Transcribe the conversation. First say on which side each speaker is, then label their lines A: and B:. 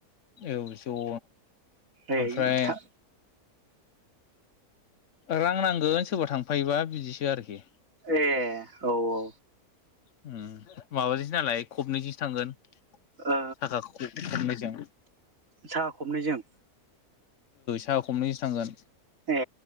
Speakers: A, on the left (about 60°); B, on the right (about 60°).
A: औ ज'नो।
B: ए
A: ओमफ्राय
B: था
A: रां नांगोन सोरबा थांफायोबा बिदिसो आरोखि।
B: ए औ औ।
A: उम माबाजोंसो नालाय खबनैजोंसो थांगोन।
B: ओ
A: साखा खब-खबनैजों। ओ
B: साहा खबनैजों
A: साखा खबनै जोंसो थांगोन।
B: ए